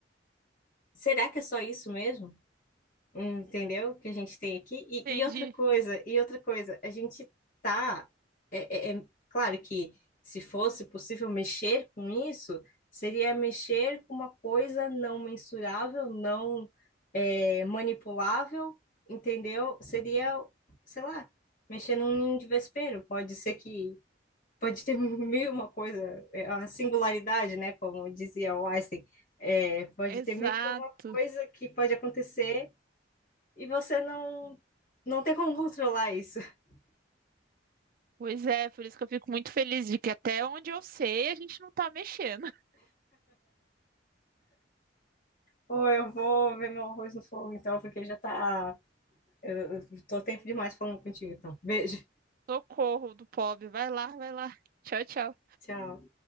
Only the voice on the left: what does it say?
Será que é só isso mesmo? Hum, Entendeu? Que a gente tem aqui. E,
e outra coisa, e outra coisa, a gente tá. É, é- é claro que se fosse possível mexer com isso, seria mexer com uma coisa não mensurável, não é, manipulável, entendeu? Seria, sei lá, mexer num ninho de vespeiro. Pode ser que pode ter <laughs> mil e uma coisa, é, a singularidade, né? Como dizia o Einstein. É, pode
ter mil coisa que pode acontecer e você não não tem como controlar isso. <laughs>
Ou eu vou ver meu arroz no fogo, então, porque já tá. Eu, eu tô tempo demais falando contigo, então. Beijo.
Tchau.